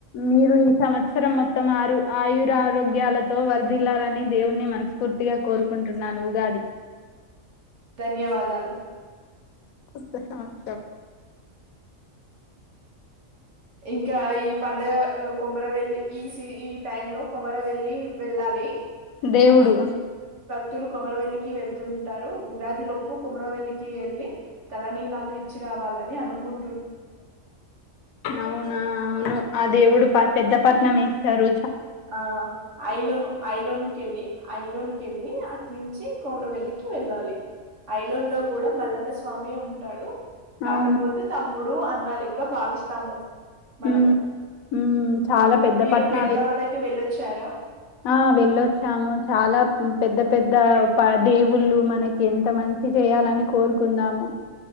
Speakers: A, on the left; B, on the right.
A: మీరు ఈ సంవత్సరం మొత్తం ఆరు. ఆయురా ఆరోగ్యాలతో వరదిల్లాలని దేవుణ్ణి మనస్ఫూర్తిగా కోరుకుంటున్నాను ఉగాది.
B: ధన్యవాదాలు
A: <unintelligible> టం
B: ఇంకా ఈ పండగ కొమర వెల్లి ఈ ఈ టైమ్ లో కొమర వెళ్లి వెళ్ళాలి
A: దేవుడు
B: క్తులు కొమరవెల్లికి వెళ్తుంటారు ఉగాదిలోపు కోమరవెల్లికి వెళ్లి తలనీలాలు ఇచ్చి రా, వాలని అనుకుం
A: అవునా అవును అ దేవుడు పెద్ద పట్నం ఇస్తారు
B: ఆ ఐలోను ఐలోను కెళ్లి అఐలోనికి వెళ్ళలి అట్నుంచి కోమర వెల్లికి వెళ్ళాలి ఐలండ్ లో కూడా మళ్ళ స్వామి ఉంటాడు కాకపోతే
A: అవును
B: తమ్ముడు అన్న లెక్క భావిస్తాము మనము
A: ఉమ్ ఉమ్ చాలా పెద్ద
B: మీరు
A: పట్టణాలు
B: వేములవాడ వెలో వచ్చారా
A: ఆ వెళ్ళొచ్చాము చాలా పెద్ద పెద్ద దేవుళ్ళు మనకి ఎంత మంచి చేయాలని కోరుకున్నాము